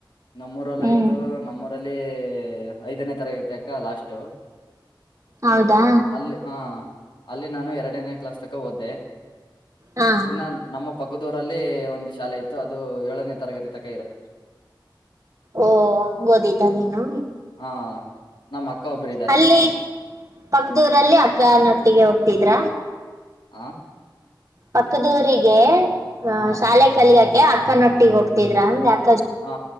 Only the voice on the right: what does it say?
ಹ್ಮ್
ಹೌದಾ
ಹಾ
ಓ ಹಂಗ ಓದಿದ್ದ ನೀನು
ಅಲ್ಲಿ ಪಕ್ದೂರಲ್ಲಿ ಅಕ್ಕನೊಟ್ಟಿಗೆ ಹೋಗ್ತಿದ್ರ
ಪಕ್ಕದಊರಿಗೆ ಆಹ
ಶಾಲೆ ಕಲಿಯಕೆ ಅಕ್ಕನೊಟ್ಟಿಗೆ ಹೋಗ್ತಿದ್ರ ಅಂದ ಅ